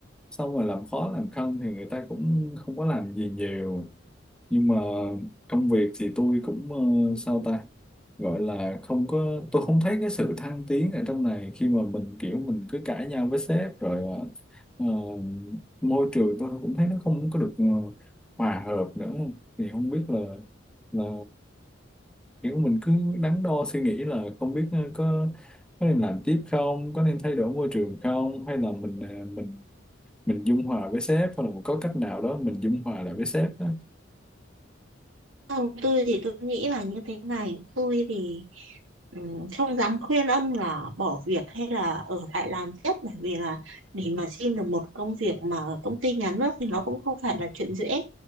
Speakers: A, in the centre; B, on the right.
A: xong rồi làm khó làm khăn thì người ta cũng không có làm gì nhiều nhưng mà công việc thì tôi cũng ờ, sao ta gọi là không có tôi không thấy cái sự thăng tiến ở trong này khi mà mình kiểu mình cứ cãi nhau với sếp rồi ờ, ờ, môi trường tôi cũng thấy nó không có được ờ, hòa hợp nữa thì không biết là là kiểu mình cứ đắn đo suy nghĩ là không biết ờ, có có nên làm tiếp không có nên thay đổi môi trường không hay là mình ờ, mình mình dung hòa với sếp hoặc là có cách nào đó mình dung hòa lại với sếp đó
B: không tôi thì tôi nghĩ là như thế này tôi thì ừ, không dám khuyên ông là bỏ việc hay là ở lại làm tiếp bởi vì là để mà xin được một công việc mà ở công ty nhà nước thì nó cũng không phải là chuyện dễ